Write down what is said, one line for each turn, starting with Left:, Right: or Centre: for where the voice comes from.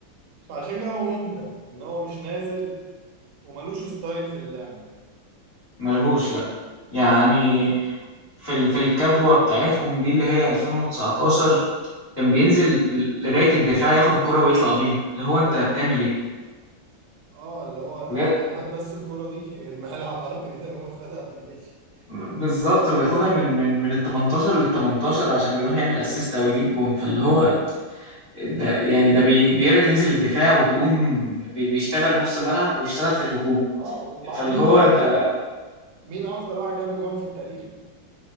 Right: فعشان كده هو ممتع ان هو مش نازل وملوش ستايل في اللعب
Left: <laughs> ملهوش لا يعني
Right: هو
Left: في ال... في الكبوة بتاعتهم دي اللي هي 2019 كان بينزل لغاية الدفاع ياخد الكرة ويطلع بيها اللي هو انت
Right: اه
Left: بتعمل ايه
Right: اه اللي هو انا
Left: بجد
Right: هات بس الكوره دي <laughs> ارميها لي على الارض كده يقوم واخدها ماشي
Left: بالظبط وياخدها من من من ال 18 لل 18 عشان يروح يعمل اسيست او يجيب جون فاللي هو ده يعني ده بي- بينزل الدفاع وبيقوم بي- بيشتغل نص ملعب ويشتغل في الهجوم
Right: اه وبعدين
Left: فاللي هو
Right: بقى
Left: انت
Right: ايه مين اكتر واحد جاب اجوان في التاريخ